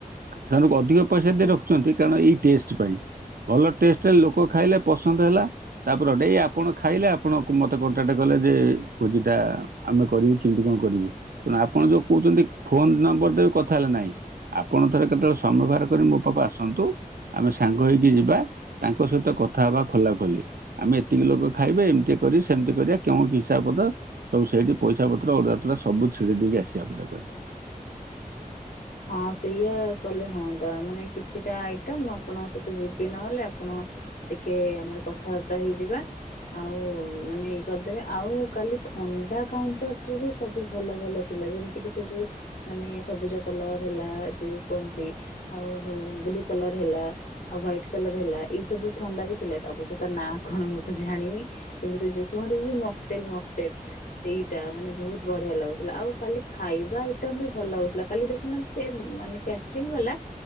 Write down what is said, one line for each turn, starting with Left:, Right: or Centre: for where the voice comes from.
Right: ସେମାନଙ୍କୁ ଅଧିକ ପଇସା ଦେଇ
Left: ହଁ
Right: ରଖୁଛନ୍ତି, କାରଣ ଏଇ ଟେଷ୍ଟ ପାଇଁ। ଭଲ ଟେଷ୍ଟ, ଲୋକ ଖାଇଲେ ପସନ୍ଦ ହେଲା। ତାପରଡେ ଆପଣ ଖାଇଲେ, ଆପଣ ମତେ କଣ୍ଟାକ୍ଟ କଲେ ଯେ ଭୋଜିଟା ଆମେ କରିବୁ, କିମିତି କଣ କରିବୁ? ନା ଆପଣ ଯୋଉ କହୁଛନ୍ତି, ଫୋନ ନମ୍ବର ଦେବେ କଥା ହେଲେ ନାହିଁ। ଆପଣ ଥରେ କେତେବେଳେ ସମୟ ବାହାର କରି, ମୋ ପାଖକୁ ଆସନ୍ତୁ। ଆମେ ସାଙ୍ଗ ହେଇକି ଯିବା। ତାଙ୍କ ସହିତ କଥା ହବା ଖୋଲା ଖୋଲି। ଆମେ ଏତିକି ଲୋକ ଖାଇବେ, ଏମିତି କରି ସେମିତି କରିଆ କଣ ହିସାବ କରିଦବ। ସବୁ ସେଇଠି ପଇସା ପତ୍ର ଅଡୁଆ ତଡୁଆ ସବୁ ଛିଡେଇ ଦେଇକି ଆସିବା ପୁରା କରି।
Left: ହଁ ସେଇଆ କଲେ ହଁତା, ମାନେ କିଛିଟା ଆଇଟମ୍ ଆପଣଙ୍କ ସହିତ ଯିବି ନହେଲେ ଆପଣ ଟିକେ ଆମର କଥାବାର୍ତ୍ତା ହେଇଯିବା। ଆଉ ମାନେ ଇଏ କରିଦେବେ। ଆଉ କାଲି ଥଣ୍ଡା କାଉଣ୍ଟରରେ ବି ସବୁ ଭଲ ଭଲ ଥିଲା। ଯେମିତି କିି ସେ ଯୋଉ ମାନେ ସବୁଜ କଲର ହେଲା ଯୋଉ କୁହନ୍ତି। ଆଉ ହ ଉ ବ୍ଲୁ କଲର ହେଲା। ଆଉ ହ୍ୱାଇଟ୍ କଲର ହେଲା। ଏଇ ସବୁ ଥଣ୍ଡା ବି ଥିଲା ଅବଶ୍ୟ ତା ନାଁ କଣ ମୁଁ ତ ଜାଣିନି। କିନ୍ତୁ ସେ ଯୋଉ କୁହନ୍ତି ଯୋଉ ମକଟେଲ ମକଟେଲ। ସେଇଟା ମାନେ ବହୁତ ବଢିଆ ଲାଗୁଥିଲା। ଆଉ କାଲି ଖାଇବା ଆଇଟମ ବି ଭଲ ଲାଗୁଥିଲା। କାଲି ଦେଖ ନାହାନ୍ତି, ସେ ମାନେ କ୍ୟାଟଂ ବାଲା